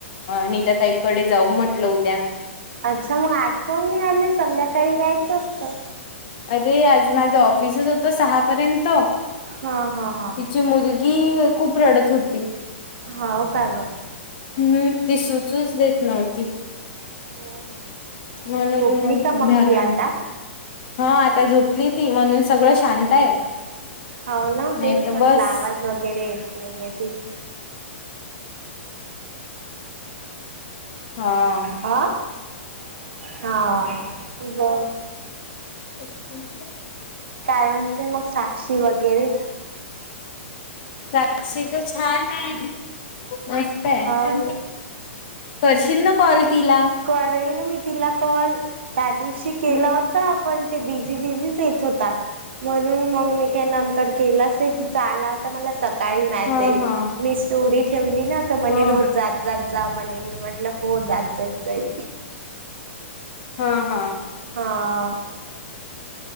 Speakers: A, on the left (about 45°); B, on the right (about 55°).
A: नी त्या ताईकडे जाऊ म्हटलं होद्या.
B: अच्छा मग आज करून निळाले संध्याकाळी यायचं असतं.
A: अरे आज माझा ऑफिसच होतो सहापर्यंत
B: हा हा हा.
A: ची मुलगी खूप रडत होती.
B: हा हो का ग
A: हम्म ती सुचूच देत नव्हती.
B: हम्म, हम्म.
A: म्हणून
B: झोपली का मग
A: झालं.
B: ती आता
A: हा आता झोपली ती म्हणून सगळं शांत आहे.
B: हो ना
A: नाही
B: तेच
A: तर
B: म्हटलं
A: बस
B: आवाज वगैरे येत नाहीये तीच ह
A: हा
B: आ? हा
A: तेच
B: काय म्हणते मग साक्षी वगैरे
A: साक्षी तर छान आहे. का
B: हो ना
A: करशील ना कॉल तिला
B: करेल ना मी तिला कॉल त्या दिवशी केला
A: हम्म
B: हो. आपण ते बिझी बिझीच येत होता म्हणून मग मी नंतर केला तिचा आला होता मला सकाळी मेसेज
A: हा हा
B: मी स्टोरी ठेवली न म्हणे
A: हा
B: रोज जात जात जा म्हणे मी म्हंटलं हो जात जात जाईल.
A: हा हा
B: हां